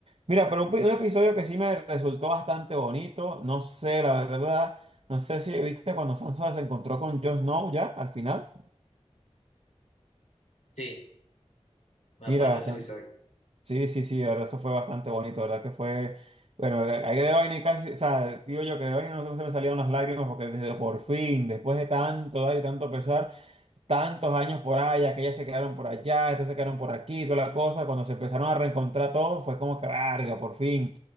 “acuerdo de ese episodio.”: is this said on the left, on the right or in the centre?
Left